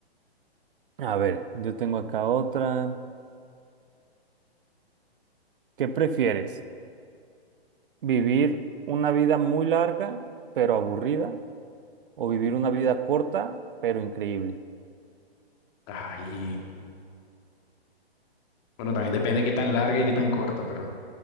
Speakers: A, on the right (about 55°); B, on the left (about 25°).
A: A ver, yo tengo acá otra. ¿Qué prefieres? ¿Vivir una vida muy larga, pero aburrida? ¿O vivir una vida corta, pero increíble?
B: Ay, bueno, también depende de qué tan larga y qué tan corta, pero